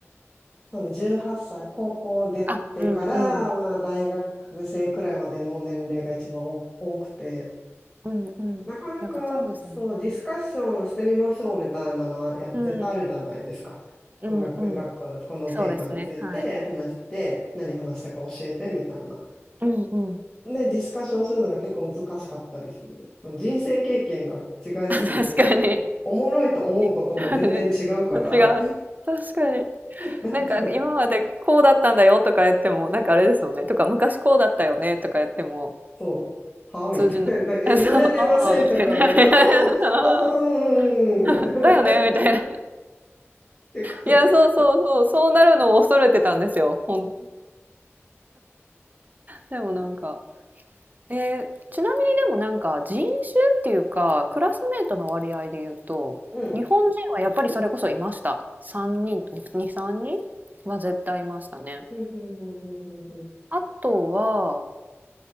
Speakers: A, on the left; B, on the right.
A: そうね、18歳、高校出てから、
B: あ、うんうん
A: まあ、大学生くらいまでの年齢が一番お多くて、
B: うんうん。
A: なかなか、
B: やっぱそうですよね。
A: そう、ディスカッションしてみましょうみたいなのは、やっぱ絶対あるじゃないですか。
B: うん、うんうん。
A: 語学学校だとこのテーマについて話して、
B: そうですね、はい。
A: 何話したか教えてみたいな。
B: うんうん。
A: で、ディスカッションするのが結構難しかったりする。その人生経験が違いすぎて、
B: 確かに。
A: お、おもろいと思うことも全然違うから、
B: <laughs> うん、違ねう。確かに。
A: なんか、
B: なんか今までこうだったんだよとか言っても、なんかあれですもんね、とか昔こうだったよねとか言っても、
A: そう、はみたいな、
B: 通じない。<laughs>
A: え、
B: あ、
A: 生まれてませんとか言われたら、
B: そう、ああ、みたいな。<laughs>
A: うんうん、うんうん、
B: そう、
A: うんうんみたいな。
B: だよねみたいな。
A: <laughs> 結構、
B: いや、そうそうそう、そうなるのを恐れてたんですよ、ほんでもなんかえーちなみにでもなんか人種っていうかクラスメートの割合で言うと日本人はやっぱりそれこそいました3人2、
A: うん。
B: 3人は絶対いましたね
A: うん、うん、うん、うん、うん。うん
B: あとは